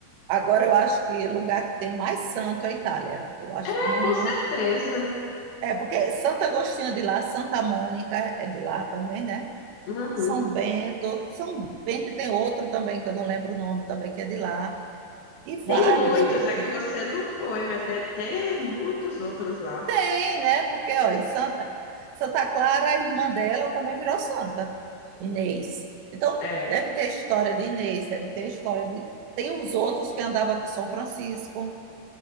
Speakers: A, on the right; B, on the left.
A: agora eu acho que o lugar que tem mais santo é a Itália. Eu acho
B: É,
A: que não,
B: com
A: não.
B: certeza.
A: É porque Santo Agostinho é de lá, Santa Mônica é de lá também, né?
B: Uhum.
A: São Bento, São Bento e tem outro também que eu não lembro o nome também que é de lá e vários
B: Tem muitos,
A: outros.
B: é que você não foi, mas deve ter muitos outros lá.
A: Tem, né? Porque ó, em Santa, Santa Clara, a irmã dela também virou santa, Inês. Então
B: É.
A: deve ter a história de Inês, deve ter a história de tem os outros que andava com São Francisco,